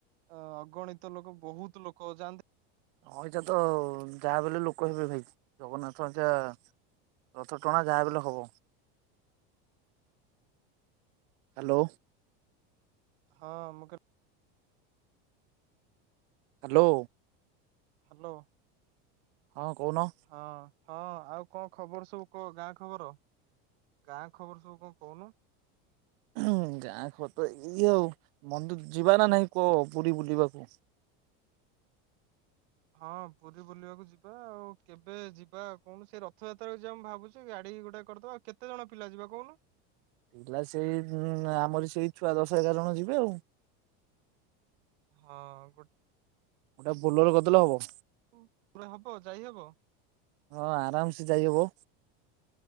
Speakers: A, on the right; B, on the right.
A: ଅ ଅଗଣିତ ଲୋକ ବହୁତ୍ ଲୋକ ଯାଆନ୍ତି।
B: ହଁ ଏଇଟାତ ଯାହାବି ହେଲେ ଲୋକ ହେବେ ଭାଇ ଜଗନ୍ନାଥ <unintelligible> ରଥ ଟଣା ଯାହାବି ହେଲେ ହବ। ହାଲୋ।
A: ହଁ ମୁଁ
B: ହାଲୋ।
A: ହାଲୋ।
B: ହଁ କହୁନ?
A: ହଁ ହଁ ଆଉ କଣ ଖବର ସବୁ କହ ଗାଁ ଖବର? ଗାଁ ଖବର ସବୁ କଣ କହୁନୁ?
B: ଁ ଗାଁ ଖବରତ ଇଏ ଆଉ ମନ୍ଦିର ଯିବାନା ନାହିଁ କଁ ପୁରୀ ବୁଲିବାକୁ?
A: ହଁ ପୁରୀ ବୁଲିବାକୁ ଯିବା ଆଉ କେବେ ଯିବା କଣ ସେ ରଥଯାତ୍ରାକୁ ଯିବା ମୁଁ ଭାବୁଚି। ସେ ଗାଡ଼ି ଗୁଟା କରିଦବା ଆଉ କେତେ ଜଣ ପିଲା ଯିବା କହୁନୁ?
B: ପିଲା ସେଇ ଆମର ସେଇ ଛୁଆ ଦଶ ଏଗାର ଜଣ ଯିବେ ଆଉ।
A: ହଁ ଗୋ
B: ଗୋଟେ ବୋଲେର କରିଦେଲେ ହବ?
A: ହଁ ପୁରା ହବ ଯାଇହବ?
B: ହଁ ଆରାମସେ ଯାଇହବ